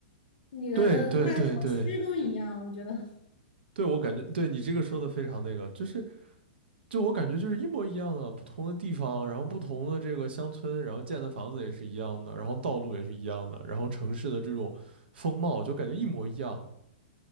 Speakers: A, on the left; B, on the right.
A: 你的卖的小区都一样，
B: 对对对对
A: 我觉得 <laughs>
B: 对，我感觉对你这个说的非常那个，就是就我感觉就是一模一样的，不同的地方，然后不同的这个乡村，然后建的房子也是一样的，然后道路也是一样的，然后城市的这种风貌就感觉一模一样。